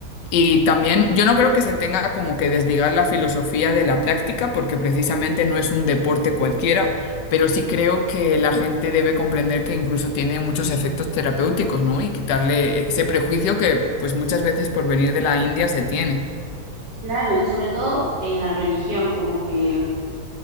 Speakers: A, on the left; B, on the right.
A: y también yo no creo que se tenga como que desligar la filosofía de la práctica, porque precisamente no es un deporte cualquiera, pero sí creo que la gente debe comprender que incluso tiene muchos efectos terapéuticos, ¿no? Y quitarle ese prejuicio que pues muchas veces por venir de la India se tiene.
B: Claro, y sobre todo en la religión, como que